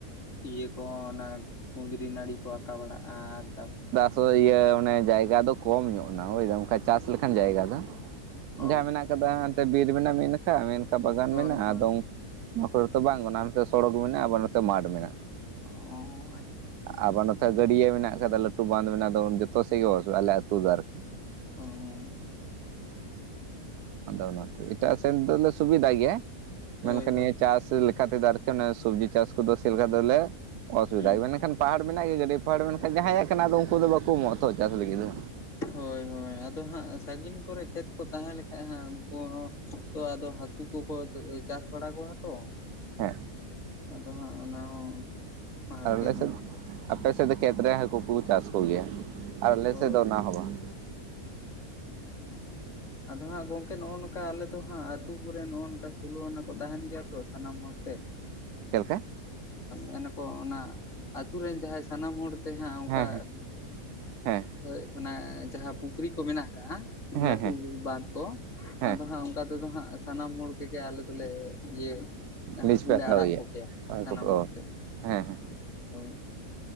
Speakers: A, on the left; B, on the right.
A: ᱤᱭᱟᱹ ᱠᱚᱦᱚᱸ ᱚᱱᱟ ᱠᱩᱸᱫᱽᱨᱤ ᱱᱟᱹᱲᱤ ᱠᱚ ᱟᱠᱟ ᱵᱟᱲᱟᱜᱼᱟ ᱟᱨ ᱛᱟᱯ
B: ᱦᱳᱭ ᱤᱭᱟᱹ ᱚᱱᱮ ᱡᱟᱭᱜᱟ ᱫᱚ ᱠᱚᱢ ᱧᱚᱜ ᱮᱱᱟ ᱵᱩᱡᱷ ᱮᱫᱟᱢ ᱵᱟᱝᱠᱷᱟᱡ ᱪᱟᱥ ᱞᱮᱠᱷᱟᱱ ᱡᱟᱭᱜᱟ
A: ᱚ
B: ᱫᱚ
A: ᱚ
B: ᱡᱟᱦᱟᱸ ᱢᱮᱱᱟᱜ <unintelligible> ᱦᱟᱱᱛᱮ ᱵᱤᱨ ᱢᱮᱱᱟᱜ ᱢᱤᱫ ᱱᱟᱠᱷᱟ ᱢᱤᱫ ᱱᱟᱠᱷᱟ ᱵᱟᱜᱟᱱ ᱢᱮᱱᱟᱜᱼᱟ
A: ᱦᱳᱭ ᱦᱳᱭ
B: ᱟᱫᱚ ᱢᱳᱴᱳᱨ ᱛᱚ ᱵᱟᱝ ᱚᱱᱟ ᱱᱚᱛᱮ ᱥᱚᱲᱚᱠ ᱢᱮᱱᱟᱜᱼᱟ ᱵᱟ ᱱᱚᱛᱮ ᱢᱟᱰ ᱢᱮᱱᱟᱜᱼᱟ᱾
A: ᱚᱸ ᱟᱪ
B: ᱟᱵᱟᱨ ᱱᱚᱛᱮ ᱜᱟᱹᱰᱭᱟᱹ ᱢᱮᱱᱟᱜ ᱟᱠᱟᱫᱟ ᱞᱟᱹᱴᱩ ᱵᱟᱸᱫ ᱢᱮᱱᱟᱜ ᱫᱚ ᱡᱚᱛᱚ ᱥᱮᱫ ᱜᱮ ᱵᱟᱹᱥᱩᱜᱼᱟ ᱟᱞᱮ ᱟᱹᱛᱩ ᱫᱚ ᱟᱨᱠᱤ
A: ᱚᱸᱻ
B: ᱟᱫᱚ ᱚᱱᱟᱛᱮ ᱮᱴᱟᱜ ᱥᱮᱱ ᱫᱚᱞᱮ ᱥᱩᱵᱤᱫᱟ ᱜᱮᱭᱟ
A: ᱦᱳᱭ
B: ᱢᱮᱱᱠᱷᱟᱱ
A: ᱦᱳᱭ
B: ᱱᱤᱭᱟᱹ ᱪᱟᱥ ᱞᱮᱠ ᱠᱷᱟ ᱫᱚ ᱟᱨᱠᱤ ᱥᱚᱵᱽᱡᱤ ᱪᱟᱥ ᱠᱚᱫᱚ ᱥᱮᱞᱮᱠᱟ ᱫᱚᱞᱮ ᱚᱥᱩᱵᱤᱫᱟ
A: ᱦᱩᱸ
B: ᱢᱟᱱᱮᱠᱷᱟᱱ ᱯᱟᱦᱟᱲ ᱢᱮᱱᱟᱜ ᱜᱮᱭᱟ ᱜᱟᱹᱰᱤ ᱯᱟᱦᱟᱲ ᱢᱮᱱᱠᱷᱟᱱ ᱡᱟᱦᱟᱸᱭᱟᱜ ᱠᱟᱱᱟ ᱫᱚ ᱩᱝᱠᱩ ᱫᱚ ᱵᱟᱠᱚ ᱮᱢᱚᱜᱼᱟ ᱛᱚ ᱪᱟᱥ ᱞᱟᱹᱜᱤᱫ ᱫᱚ᱾
A: ᱦᱳᱭ ᱦᱳᱭ, ᱟᱫᱚ ᱦᱟᱸᱜ ᱥᱟᱹᱜᱤᱧ ᱠᱚᱨᱮ ᱠᱷᱮᱛ ᱠᱚ ᱛᱟᱦᱮᱸ ᱞᱮᱠᱷᱟᱡ ᱦᱟᱸᱜ ᱩᱝᱠᱩ ᱦᱚᱸ ᱛᱚ ᱟᱫᱚ ᱦᱟᱠᱩ ᱠᱚᱠᱚ ᱪᱟᱥ ᱵᱟᱲᱟ ᱠᱚᱣᱟ ᱛᱚ᱾
B: ᱦᱮᱸ,
A: ᱟᱫᱚ ᱦᱟᱸᱜ ᱚᱱᱟ ᱦᱚᱸ ᱦᱟᱨᱠᱮᱛ
B: ᱟᱨ ᱟᱞᱮ ᱥᱮᱫ
A: ᱧᱚᱜ ᱜᱮᱭᱟ
B: ᱟᱯᱮ ᱥᱮᱫ ᱫᱚ ᱠᱷᱮᱛ ᱨᱮ ᱦᱟᱹᱠᱩ ᱠᱚ ᱪᱟᱥ ᱠᱚ ᱜᱮᱭᱟ ᱟᱨ ᱟᱞᱮ
A: ᱦᱳᱭ
B: ᱥᱮᱫ ᱫᱚ ᱚᱱᱟ ᱦᱚᱸ ᱵᱟᱝ᱾
A: <inaudible> ᱟᱫᱚ ᱦᱟᱸᱜ ᱜᱚᱝᱠᱮ ᱱᱚᱜᱼᱚ ᱱᱚᱠᱟ ᱟᱞᱮ ᱫᱚ ᱦᱟᱸᱜ ᱟᱛᱩ ᱠᱚᱨᱮ ᱱᱚᱜᱼᱚ ᱱᱚᱝᱠᱟ ᱥᱳᱞᱳ ᱟᱱᱟ ᱠᱚ ᱛᱟᱦᱮᱱ ᱜᱮᱭᱟ ᱛᱚ ᱥᱟᱱᱟᱢ ᱦᱚᱲᱛᱮ <inaudible>
B: ᱪᱮᱫ ᱞᱮᱠᱟ?
A: ᱢᱮᱱᱟ ᱠᱚ ᱚᱱᱟ ᱟᱛᱳ ᱨᱮᱱ ᱡᱟᱦᱟᱸᱭ ᱥᱟᱱᱟᱢ ᱦᱚᱲ ᱛᱮ ᱦᱟᱸᱜ ᱚᱱᱠᱟ
B: ᱦᱮᱸ ᱦᱮᱸ ᱦᱮᱸ ᱦᱮᱸ
A: ᱦᱳᱭ ᱚᱱᱟ ᱡᱟᱦᱟᱸ ᱯᱩᱠᱷᱨᱤ ᱠᱚ ᱢᱮᱱᱟᱜ ᱠᱟᱜ-ᱟ
B: ᱦᱮᱸ
A: ᱞᱟᱹᱴᱩ
B: ᱦᱮᱸ
A: ᱵᱟᱸᱫ᱾ ᱠᱚ
B: ᱦᱮᱸ
A: ᱟᱫᱚ ᱦᱟᱸᱜ ᱚᱱᱠᱟ ᱛᱮᱫᱚ ᱦᱟᱸᱜ ᱥᱟᱱᱟᱢ ᱦᱚᱲ <unintelligible> ᱟᱞᱮ ᱫᱚᱞᱮ ᱤᱭᱟᱹ
B: ᱞᱤᱡ
A: ᱦᱟᱹᱠᱩ
B: ᱯᱮ
A: ᱞᱮ
B: ᱦᱟᱛᱟᱣ
A: ᱟᱲᱟᱜ
B: ᱜᱮᱭᱟ
A: ᱠᱚᱠᱮᱭᱟ ᱥᱟᱱᱟᱢ ᱦᱚᱲᱛᱮ᱾
B: ᱚ ᱦᱮᱸ ᱦᱮᱸ
A: ᱦᱳᱭ,